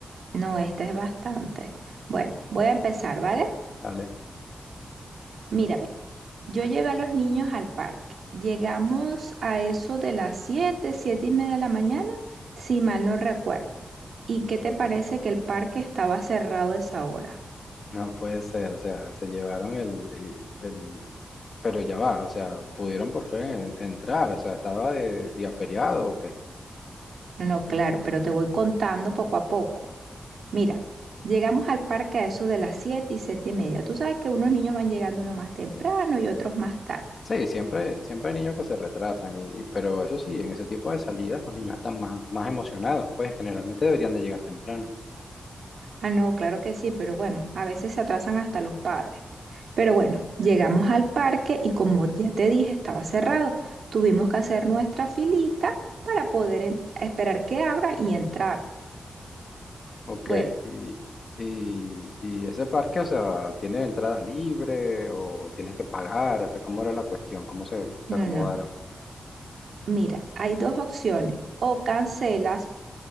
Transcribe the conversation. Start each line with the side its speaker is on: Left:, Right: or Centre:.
Right: No, esta es bastante. Bueno, voy a empezar, ¿vale?
Left: ¿Vale?
Right: Mira, ve, yo llevé a los niños al parque. Llegamos a eso de las 7, 7 y media de la mañana, si mal no recuerdo. ¿Y qué te parece que el parque estaba cerrado a esa hora?
Left: <laughs> No puede ser, o sea, se llevaron el, y- el- pero ya va, o sea, pudieron por fin en- entrar, o sea, estaba de día feriado o qué.
Right: No, no, claro, pero te voy contando poco a poco. Mira, llegamos al parque a eso de las 7 y 7 y media. Tú sabes que unos niños van llegando uno más temprano y otros más tarde.
Left: Sí, siempre, siempre hay niños que se retrasan, y, pero eso sí, en ese tipo de salidas los niños están más, más emocionados, pues generalmente deberían de llegar temprano.
Right: Ah, no, claro que sí, pero bueno, a veces se atrasan hasta los padres. Pero bueno, llegamos al parque y como ya te dije, estaba cerrado. Tuvimos que hacer nuestra filita para poder en- esperar que abran y entrar.
Left: Ok,
Right: Bueno,
Left: y, y, y ese parque, o sea, ¿tiene entrada libre o tienes que pagar? O sea, ¿cómo era la cuestión? ¿Cómo se,
Right: no,
Left: se acomodaron?
Right: no. Mira, hay dos opciones. O cancelas